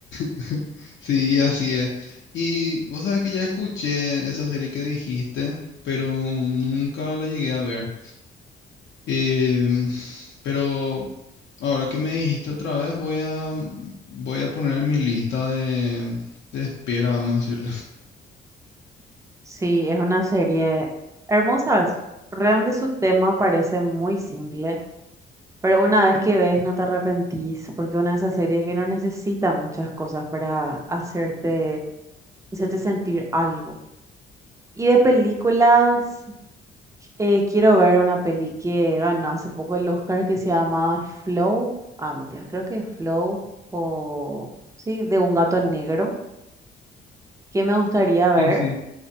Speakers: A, on the left (about 65°); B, on the right (about 15°).
A: <laughs> sí, y así es. Y vos sabés que ya escuché esa serie que dijiste, pero nunca la llegué a ver. Em, pero ahora que me dijiste otra vez, voy a, voy a poner en mi lista de, de espera, vamos a decirle.
B: Sí, es una serie hermosa. Realmente su tema parece muy simple, pero una vez que ves no te arrepentís, porque es una de esas series que no necesita muchas cosas para hacerte, hacerte sentir algo. Y de películas, Eh, quiero ver una peli que ganó hace poco el Oscar que se llama Flow. Ah, mentira, creo que es Flow o sí, de un gato negro, que me gustaría ver.
A: Sí, sí.